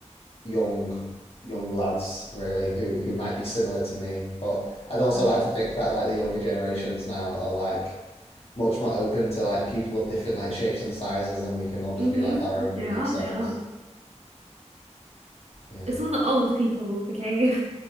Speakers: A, on the left; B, on the right.
A: young young lads really who who might be similar to me but I'd also
B: Right.
A: like to think that like the younger generations now are like much more open to like people of different like shapes and sizes and we can all just
B: hmm
A: be like our
B: They
A: own unique
B: are,
A: selves
B: they are.
A: yeah
B: It's all the old people, okay?